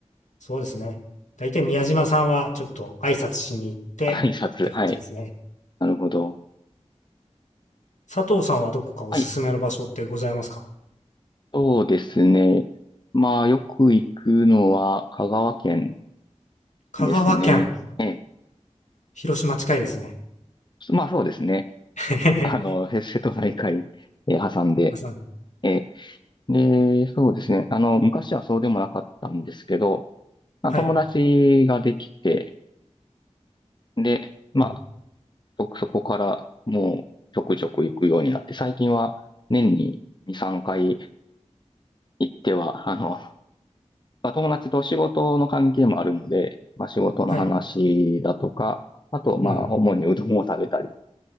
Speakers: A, on the left; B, on the left.
A: そうですね。大体宮島さんはちょっと挨拶しに行ってって感じですね。
B: 挨拶、はい。なるほど。
A: 佐藤さんはどこかおすすめの場所ってございますか
B: はいそうですね。まあ、よく行くのは香川県
A: 香川県、
B: ですね。ええ、
A: 広島近いですね。
B: まあそうですね。
A: <laughs> へへへ
B: あの、へ瀬戸内海、えー挟んで、
A: 挟んで
B: ええ、で、そうですね。あの、昔はそうでもなかったんですけど、まあ、
A: はい。
B: 友達ができて、で、まあ、
A: うん。
B: そ、そこからもうちょくちょく行くようになって、最近は年に2、3回行っては、あの、まあ、友達と仕事の関係もあるので、まあ、仕事の話だとか、
A: はい。
B: あと、まあ、
A: うん。
B: 主にうどんを食べたり